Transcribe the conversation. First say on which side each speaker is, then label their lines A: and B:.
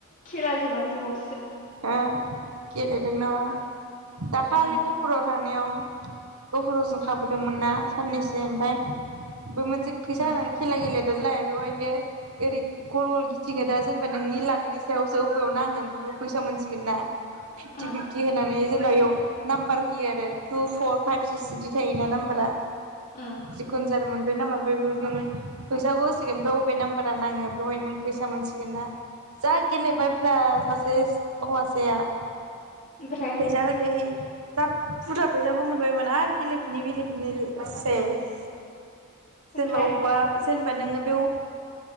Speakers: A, on the left; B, on the right.
A: खेला जोबां जोबां
B: अ गेलेदों नामा दाखालिबो
A: उम
B: गपुराव थांनायाव गफुराव जों थाबोदोंमोन ना साननैसो ओमफ्राय बे मोन जों फैसा होनानै
A: उम
B: खेला गेलेदोलाय बेवहायो ओरै गल गल गिथिङो दा जेनेबा नोंनि लाखनि सायावसो बबेयावनो नांङो ओमफ्राय फैसा मोनसिगोन ना फिफ्टि
A: उम
B: फिफ्टि होनानै जेनबायाव नाम्बार होयो आरो टु फर फाइभ सिक्स बिदि थायोना नाम्बारा
A: उम
B: जिखुनु जादोंमोन बबे नाम्बारफ्राय नों फैसाखौ होसिगोन ओमफ्राय बबे नाम्बारा नाङो बेवहाय नों फैसा मोनसिगोन ना जा गेलेबाय
A: उम
B: ब्रा सासे हौवासाया
A: ओमफ्राय
B: फैसा होयै होयै जाब बुरजा फैसाबो मोनबायमोन आरो गेलेफिनै बिलेफिनै सेस
A: ओमफ्राय
B: जेनेबा अबेबा जेनेबा नोङो बेयाव